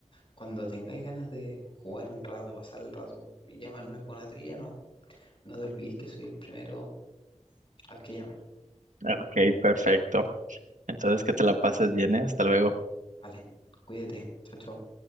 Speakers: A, on the left; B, on the right.
A: cuando tengáis ganas de jugar un rato, pasar el rato y llamarme por una trivia, no, no te olvides que soy el primero al que llamar.
B: Ok, perfecto. Entonces, que te la pases bien, ¿eh? Hasta luego.
A: Vale, cuídate, chao, chao.